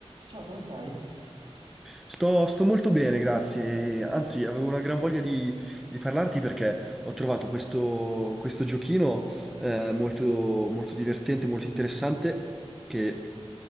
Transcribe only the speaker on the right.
Ciao, come stai?